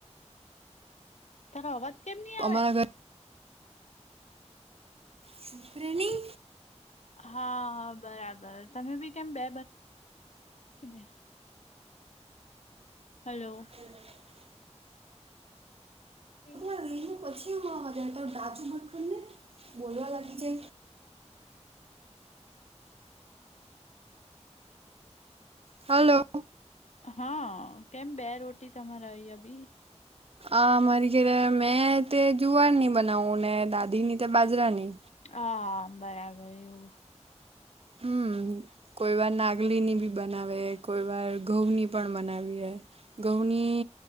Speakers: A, on the left (about 70°); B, on the right (about 55°).
A: તારો અવાજ કેમ ની આવે?
B: અમારા ઘરે ચુપ રે ની,
A: હા હા બરાબર તમે બી કેમ બે <unintelligible> હલો,
B: હલો,
A: હમ,
B: એનું પછી અવાજ આવે તારું ડાચું બંધ કર ને, બોલવા લાગી છે. હલો,
A: હા કેમ બે રોટી તમારે આઇ આબી?
B: આ મારી કે મેં તે જુવાર ની બનાવું ને દાદીની ત બાજરા ની.
A: હા બરાબર એવું.
B: હમ, કોઈ વાર નાગલીની બી બનાવે, કોઈ વાર ઘઉંની પણ બનાવીએ. ઘઉંની